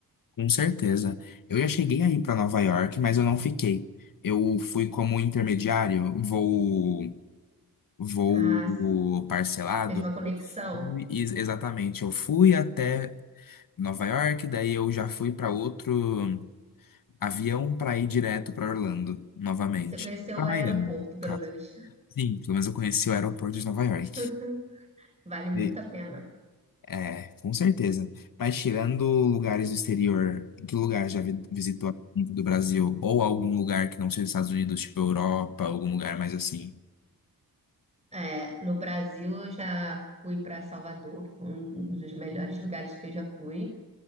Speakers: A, on the left (about 60°); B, on the right (about 15°).
A: Com certeza. Eu já cheguei aí pra Nova York, mas eu não fiquei. Eu fui como intermediário, voo voo
B: Ah, s-
A: parcelado.
B: fez uma conexão.
A: Eu fui- e- Exatamente, eu fui até Nova York, daí eu já fui para outro avião para ir direto para Orlando novamente.
B: Você conheceu
A: Para
B: o aeroporto,
A: Miami, no
B: pelo
A: caso.
B: menos.
A: Sim, pelo menos eu conheci o aeroporto de Nova York.
B: <laughs> Vale muito
A: E-
B: a pena.
A: é, com certeza. Mas tirando lugares do exterior, que lugar já vi- visitou dentro do Brasil? Ou algum lugar que não seja os Estados Unidos, tipo Europa, algum lugar mais assim?
B: É, no Brasil, eu já fui para Salvador, que foi um um dos melhores lugares que eu já fui.